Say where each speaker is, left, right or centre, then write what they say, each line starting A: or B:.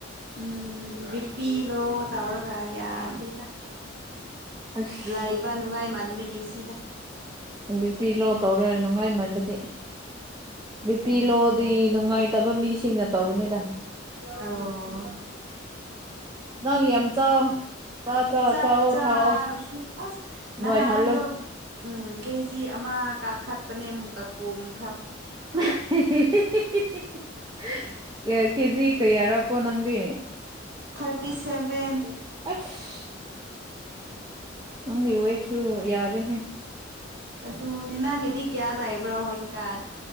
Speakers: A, on the right; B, on the right.
A: ꯎꯝ ꯕꯤꯄꯤ ꯂꯣ ꯇꯧꯔꯒ ꯌꯥꯗꯦꯗ
B: ꯑꯁ
A: ꯂꯩꯥꯛꯕ ꯅꯨꯡꯉꯥꯏ ꯃꯥꯟꯕꯒꯤ ꯁꯤꯗ
B: ꯕꯤꯄꯤ ꯂꯣ ꯇꯧꯔ ꯅꯨꯡꯉꯥꯏꯃꯟꯕꯗꯤ ꯕꯤꯄꯤ
A: ꯎꯝ
B: ꯂꯣꯗꯤ ꯅꯨꯡꯉꯥꯏ ꯇꯕ ꯃꯤꯁꯤꯡꯅ ꯇꯧꯕꯅꯤꯗ
A: ꯑꯣ
B: ꯅꯪ ꯌꯥꯝ ꯆꯥꯎ ꯆꯥ ꯆꯥ
A: ꯆꯥꯛ
B: ꯆꯥꯎꯑꯣ
A: ꯆꯔ
B: ꯊꯥꯎꯑꯣ
A: ꯁ ꯑꯁ ꯅꯍꯥꯟꯗ
B: ꯅꯣꯏꯍꯜꯂꯣ
A: ꯎꯝ ꯀꯦꯖꯤ ꯑꯃ ꯀꯥꯈꯠꯄꯅꯦ ꯑꯃꯨꯛ ꯀꯛꯀꯣꯝꯨꯛ
B: <unintelligible> ꯀꯦꯖꯤ ꯀꯩꯌꯥꯔ ꯀꯣ ꯅꯪꯗꯤ
A: ꯊꯥꯔꯇꯤ ꯁꯚꯦꯟ
B: ꯑꯁ ꯍꯪ ꯑꯣꯏꯣꯏ ꯆ ꯌꯥꯔꯦ
A: ꯑꯗꯨ ꯅꯅꯥꯪꯒꯤꯗꯤ ꯀꯌꯥ ꯂꯥꯛꯏꯕ꯭ꯔꯣ ꯍꯧꯖꯤꯛꯀꯥꯟ